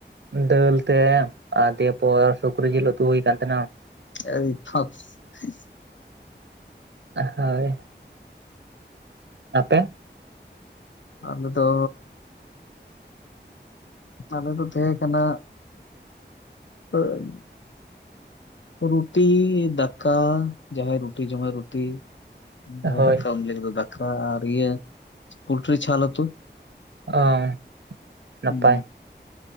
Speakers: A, on the right; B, on the left.
A: ᱫᱟᱹᱞ ᱛᱮᱼᱼ ᱟᱨ ᱫᱤᱭᱮᱯᱚᱨ ᱥᱩᱠᱨᱤ ᱡᱤᱞ ᱩᱛᱩ ᱦᱩᱭ ᱠᱟᱱ ᱛᱟᱦᱮᱸᱱᱟ ᱾
B: ᱮᱭ <unintelligible>
A: ᱦᱳᱭ, ᱟᱯᱮ
B: ᱟᱞᱮ ᱫᱚᱼᱼ ᱟᱞᱮ ᱫᱚ ᱛᱟᱦᱮᱸ ᱠᱟᱱᱟᱼᱼ <unintelligible> ᱨᱩᱴᱤ ᱫᱟᱠᱟ ᱡᱟᱦᱟᱸᱟᱭ ᱨᱩᱴᱤ ᱡᱚᱢᱟᱭ ᱨᱩᱴᱤᱼᱼ ᱡᱟᱦᱟᱭ
A: ᱦᱳᱭ
B: ᱫᱟᱠᱟ ᱩᱱᱤ ᱞᱟᱜᱤᱫ ᱫᱚ ᱫᱟᱠᱟ ᱟᱨ ᱤᱭᱟᱹ ᱯᱳᱞᱴᱨᱤ ᱪᱷᱟᱞ ᱩᱛᱩ ᱾
A: ᱚᱸ ᱱᱟᱯᱟᱭ
B: ᱦᱩᱸ
A: ᱾